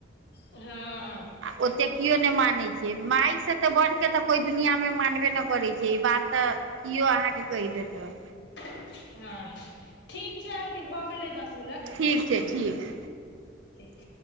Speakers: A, on the left; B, on the right.
A: हँ
B: आ ओतेक केओ नहि मानै छै माय सँ तऽ बढ़के तऽ कोइ दुनिया मे मानबे न करै छै ई बात तऽ कियो अहाँके कहिदेत तऽ
A: हँ ठीक छै आंटी भऽ गेलै दस मिनट
B: ठीक छै ठीक
A: ठीक